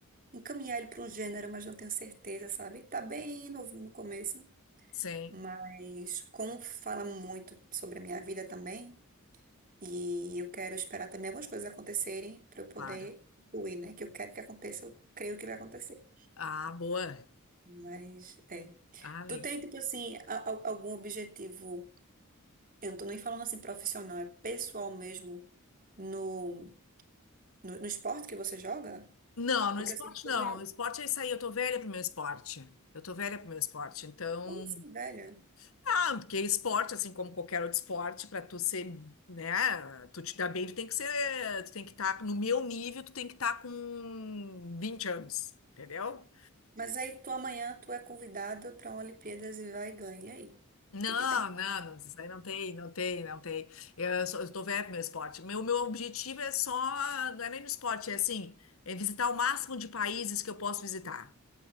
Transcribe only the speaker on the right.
encaminhar ele para um gênero, mas não tenho certeza, sabe? Tá bem novinho no começo,
mas como fala muito sobre a minha vida também, e eu quero esperar também algumas coisas acontecerem para eu poder
fluir, né? Que eu quero que aconteça, eu creio que vai acontecer.
Mas é.
Tu tem, tipo assim, a- a- algum objetivo, eu não tô nem falando assim profissional, é pessoal mesmo no, no no esporte que você joga?
Porque
eu sempre tô
ganhando.
Como assim, velha?
Mas aí tu amanhã tu é convidado para uma Olimpíadas e vai e ganha. E aí? O
que que tem?